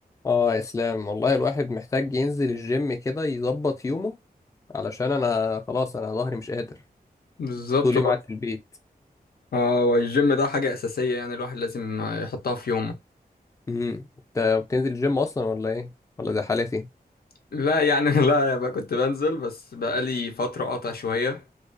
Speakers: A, on the left; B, on the left.
A: اه يا اسلام والله الواحد محتاج ينزل الجيم كده يظبط يومه علشان انا خلاص انا ظهري مش قادر
B: بالظبط
A: طول يوم قاعد في البيت
B: اه والجيم ده حاجة أساسية يعني الواحد لازم يحطها في يومه
A: امم انت بتنزل الجيم اصلا ولا ايه ولا زي حالتي
B: لا يعني <laughs> لا يا بقى كنت بنزل بس بقالي فترة قاطع شوية